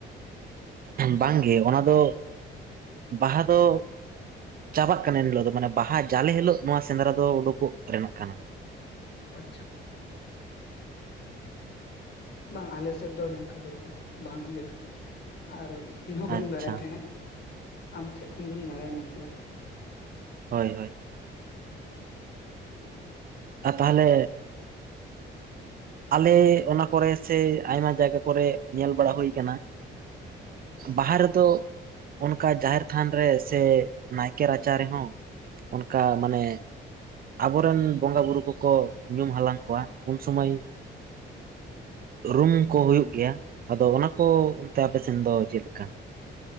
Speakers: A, on the right; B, on the left.
A: ᱵᱟᱝᱜᱮ ᱚᱱᱟ ᱫᱚ ᱵᱟᱦᱟ ᱫᱚ ᱪᱟᱵᱟᱜ ᱠᱟᱱᱟ ᱮᱱ ᱦᱤᱞᱳᱜ ᱫᱚ ᱢᱟᱱᱮ ᱵᱟᱦᱟ ᱡᱟᱞᱮ ᱦᱤᱞᱳᱜ ᱱᱚᱣᱟ ᱥᱮᱸᱫᱽᱨᱟ ᱫᱚ ᱩᱰᱩᱠᱚᱜ ᱨᱮᱱᱟᱜ ᱠᱟᱱᱟ
B: ᱟᱪᱪᱷᱟ ᱵᱟᱝ ᱟᱞᱮ ᱥᱮᱫ ᱫᱚ ᱱᱚᱝᱠᱟ ᱫᱚ ᱵᱟᱝ ᱦᱩᱭ ᱟᱠᱟᱱᱟ ᱟᱨᱼᱼ ᱤᱧ ᱦᱚᱸ ᱵᱟᱹᱧ
A: ᱟᱪᱪᱷᱟ
B: ᱵᱟᱲᱟᱭ ᱛᱟᱦᱮᱸᱜ ᱟᱢ ᱴᱷᱮᱱ ᱠᱷᱚᱱ ᱜᱤᱧ ᱵᱟᱲᱟᱭ ᱧᱟᱢ ᱠᱮᱫᱟ᱾
A: ᱦᱚᱭ ᱦᱚᱭ᱾ ᱟᱨ ᱛᱟᱦᱚᱞᱮ ᱟᱞᱮ ᱚᱱᱟ ᱠᱚᱨᱮ ᱥᱮ ᱟᱭᱢᱟ ᱡᱟᱭᱜᱟ ᱠᱚᱨᱮ ᱧᱮᱞ ᱵᱟᱲᱟ ᱦᱩᱭ ᱠᱟᱱᱟ, ᱵᱟᱦᱟ ᱨᱮ ᱫᱚᱼᱼ ᱚᱱᱠᱟ ᱡᱟᱦᱮᱨ ᱛᱷᱟᱱ ᱨᱮ ᱥᱮ ᱱᱟᱭᱠᱮ ᱨᱟᱪᱟ ᱨᱮᱦᱚᱸ ᱚᱱᱠᱟ ᱢᱟᱱᱮᱼᱼ ᱟᱵᱚ ᱨᱮᱱ ᱵᱚᱸᱜᱟ ᱵᱩᱨᱩ ᱠᱚᱠᱚ ᱧᱩᱢ ᱦᱟᱞᱟᱝ ᱠᱚᱣᱟ ᱩᱱ ᱥᱩᱢᱟᱹᱭ, ᱨᱩᱢ ᱠᱚ ᱦᱩᱭᱩᱜ ᱜᱮᱭᱟ ᱟᱫᱚ ᱚᱱᱟ ᱠᱚ ᱚᱱᱛᱮ ᱟᱯᱮ ᱥᱮᱱ ᱫᱚ ᱪᱮᱫ ᱞᱮᱠᱟ?